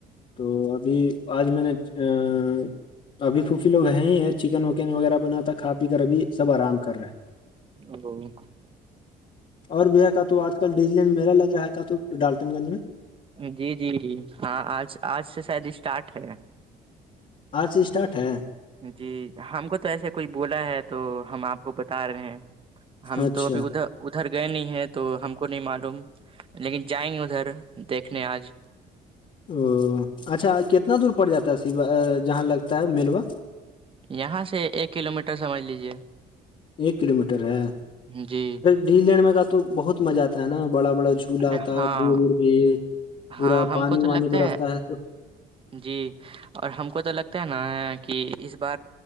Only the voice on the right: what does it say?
ا <inaudible>
جی جی جی ہاں آج آج سے شاید اسٹارٹ ہے <unintelligible>
جی ہم کو تو ایسے کوئی بولا ہے تو ہم آپ کو بتا رہے ہیں ہم
تو ابھی ادھر ادھر گئے نہیں ہیں تو ہم کو نہیں معلوم لیکن جائیں گے ادھر دیکھنے آج
یہاں سے ایک کلو میٹر سمجھ لیجے
جی
ارے
ہاں
ہاں ہم
کو تو لگتا
جی اور ہم کو تو لگتا ہے نا کہ اس بار